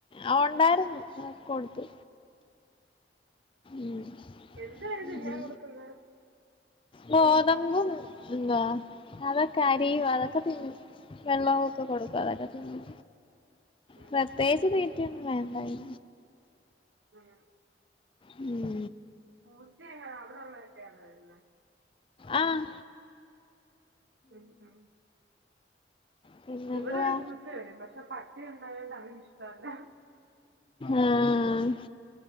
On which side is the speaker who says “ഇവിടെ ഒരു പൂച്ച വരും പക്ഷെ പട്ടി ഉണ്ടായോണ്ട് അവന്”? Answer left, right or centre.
Right